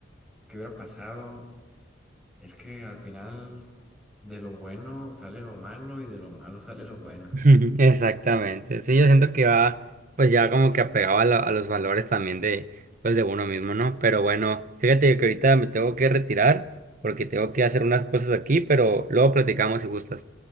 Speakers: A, in the centre; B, on the right.
A: ¿Qué hubiera pasado? Es que al final de lo bueno sale lo malo y de lo malo sale lo bueno.
B: <laughs> Exactamente. Sí, yo siento que va, pues ya como que apegado a, la- a los valores también de, pues de uno mismo, ¿no? Pero bueno, fíjate que ahorita me tengo que retirar porque tengo que hacer unas cosas aquí, pero luego platicamos si gustas.